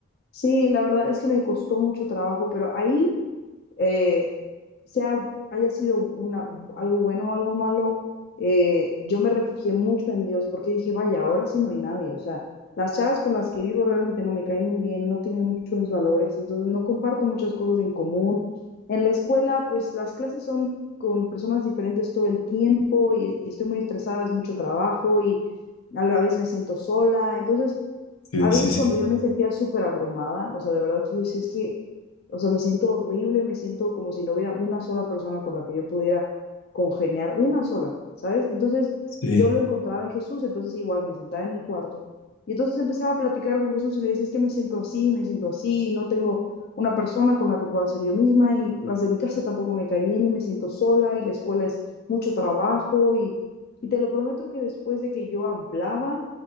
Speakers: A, on the left; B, on the left.
A: Sí, la verdad es que me costó mucho trabajo, pero ahí eh, sea, haya sido una, algo bueno o algo malo, eh, yo me refugié mucho en Dios porque dije, vaya, ahora sí no hay nadie. O sea, las chavas con las que vivo realmente no me caen muy bien, no tienen mucho mis valores, entonces no comparto muchas cosas en común. En la escuela, pues las clases son con personas diferentes todo el tiempo y, y estoy muy estresada, es mucho trabajo y a la vez me siento sola. Entonces,
B: Sí,
A: a veces
B: sí, sí,
A: cuando
B: sí.
A: yo me sentía súper abrumada, o sea, de verdad que yo decía, es que, o sea, me siento horrible, me siento como si no hubiera una sola persona con la que yo pudiera congeniar, una sola, ¿sabes? Entonces
B: Sí,
A: yo lo encontraba en Jesús, entonces igual me sentaba en mi cuarto y entonces empezaba a platicar con Jesús y le decía, es que me siento así, me siento así, no tengo una persona con la que pueda ser yo misma y las de mi casa tampoco me cae bien y me siento sola y la escuela es mucho trabajo y, y te lo prometo que después de que yo hablaba,